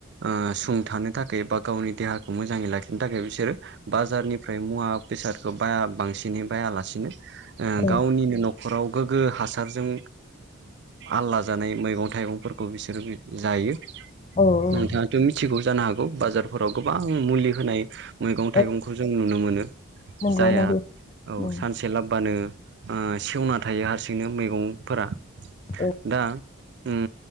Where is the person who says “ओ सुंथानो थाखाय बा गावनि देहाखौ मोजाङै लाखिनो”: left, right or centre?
Right